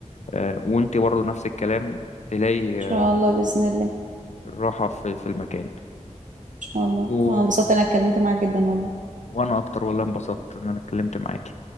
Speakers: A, on the left; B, on the right.
A: آه، وأنت برضو نفس الكلام تلاقي
B: شاء
A: آه،
B: الله باذن الله ان
A: راحة في, في المكان
B: شاء الله
A: و...
B: اه انبسطت انا اتكلمت معاك جدا والله
A: وأنا أكتر والله انبسطت إن أنا اتكلمت معاكي